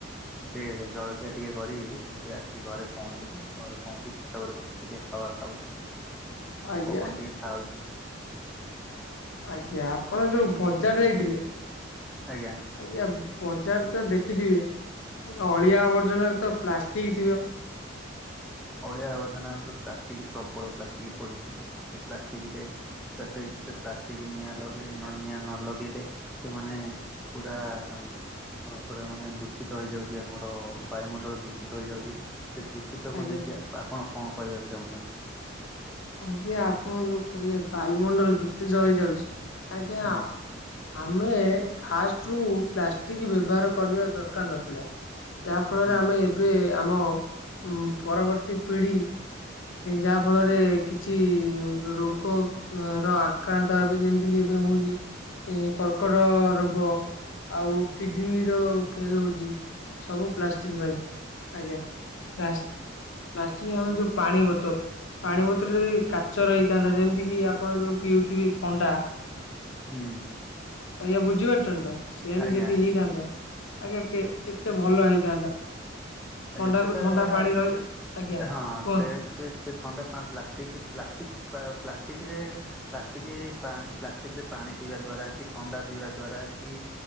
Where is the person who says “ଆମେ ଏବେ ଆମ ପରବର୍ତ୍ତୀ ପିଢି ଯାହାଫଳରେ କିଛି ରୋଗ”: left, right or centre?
Left